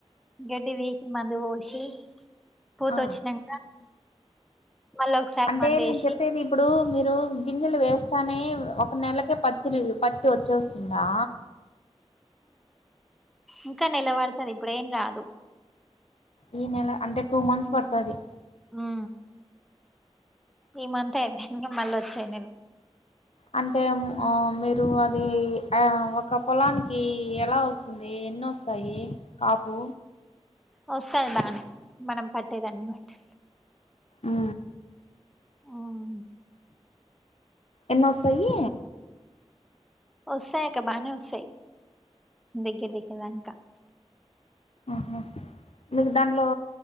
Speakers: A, in the centre; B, on the left.
A: గడ్డి వీకి మందు పోసి పూత
B: ఆ
A: వచ్చినాక మళ్ళీ ఒకసారి
B: అంటే
A: మందు
B: నేను
A: వేసి
B: చెప్పేది ఇప్పుడు మీరు గింజలు వేస్తేనే ఒక నెలకే పత్తిలు పత్తి వచ్చేస్తుందా
A: ఇంకా నేలబడుతది ఇప్పుడేం రాదు
B: ఈ నెల అంటే టూ మంత్స్ పడుతుంది
A: ఉ ఈ మంత్ అయిపోయినాక మళ్ళీ వచ్చే నేల
B: అంటే మీరు అది ఒక పొలానికి ఎలా వస్తుంది ఎన్ని వస్తు స్తాయి కాపు
A: వస్తాది బానే మనం పట్టేదాన్ని బట్టి
B: ఆ
A: ఉమ్,
B: ఎలా వ స్తాయి
A: వస్తాయక్క బాగానే వస్తాయి దగ్గర దగ్గరదాకా
B: ఆహా మీకు దానిలో